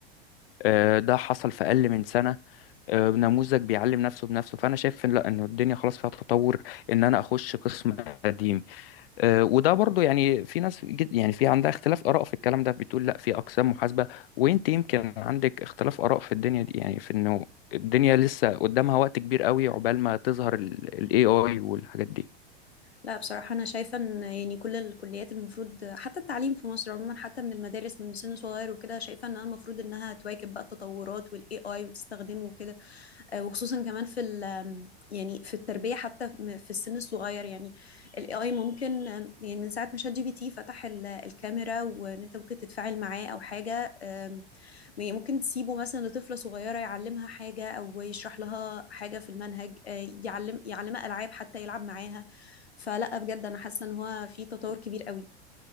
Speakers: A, on the left; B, on the left.
A: آه، ده حصل في أقل من سنة آه، نموذج بيعلم نفسه بنفسه فانا شايف ان لا ان الدنيا خلاص فيها تطور ان انا اخش قسم قديم آه، وده برضو يعني في ناس جد- يعني في عندها اختلاف اراء في الكلام ده بتقول لا في اقسام محاسبه وانت يمكن عندك اختلاف اراء في الدنيا دي يعني في انه الدنيا لسه قدامها وقت كبير قوي عقبال ما تظهر الاي اي والحاجات دي
B: لا بصراحه انا شايفه ان يعني كل الكليات المفروض حتى التعليم في مصر عموما حتى من المدارس من سن صغير وكده شايفه انها المفروض انها تواكب بقى التطورات والاي اي وتستخدمه وكده آه، وخصوصا كمان في ال آم، يعني في التربية حتى م- في السن الصغير يعني الاي اي ممكن آم، يعني من ساعة ما شات جي بي تي فتح ال- الكاميرا وان انت ممكن تتفاعل معاه او حاجة آم، يعني ممكن تسيبه مثلا لطفلة صغيرة يعلمها حاجة او يشرح لها حاجة في المنهج آه، يعلم يعلمها العاب حتى يلعب معاها فلا بجد انا حاسة ان هو في تطور كبير قوي